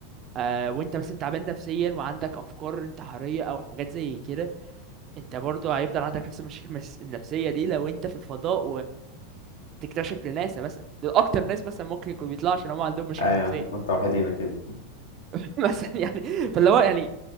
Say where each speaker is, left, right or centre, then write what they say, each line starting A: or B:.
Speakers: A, on the right; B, on the left.
A: آه، وانت مثلا تعبان نفسيا وعندك افكار انتحارية او حاجات زي كده انت برضه هيفضل عندك نفس المشاكل المس- النفسية دي لو انت في الفضاء تكتشف لناس مثلا دول اكتر ناس مثلا ممكن يكون بيطلعوا عشان هم عندهم مشاكل
B: ايوه
A: نفسيه
B: متوحدين كده
A: فمثلا <laughs> يعني فاللي هو يعني